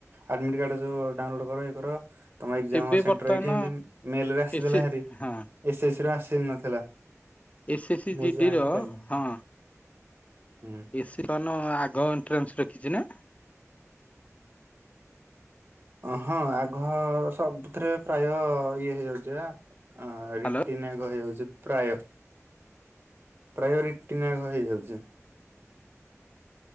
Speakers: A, on the right; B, on the left.
A: ଆଡମିଟକାର୍ଡ ଯୋଉ ଡାଉନଲୋଡ କର ଇଏ କର। ତମ ଏକ୍ଜାମ
B: ଏବେ
A: ସେଣ୍ଟର
B: ବର୍ତ୍ତମାନ
A: ଏଇଠି ଏମିତି ମେଲରେ ଆସିଥିଲା
B: ଏସି
A: ହାରି।
B: ହଁ
A: ଏସ୍ଏସସି ର ଆସି ନଥିଲା।
B: ଏସ୍ଏସସି
A: ମୁଁ
B: ଜିଡିର
A: ଜାଣି ପାରିଲିନି
B: ହଁ
A: ହୁଁ।
B: ଏସି କନ ଆଗ ଏଣ୍ଟ୍ରାନ୍ସ ରଖିଚି ନା?
A: ହଁ ଆଗଃ ସବୁଥିରେ ପ୍ରାୟ ଇଏ ହେଇଯାଉଚି ବା ଅ
B: ହ୍ୟାଲୋ
A: ରିଟିନ ଆଗ ହେଇଯାଉଚି। ପ୍ରାୟ ପ୍ରାୟ ରିଟିନ ଆଗ ହେଇଯାଉଚି।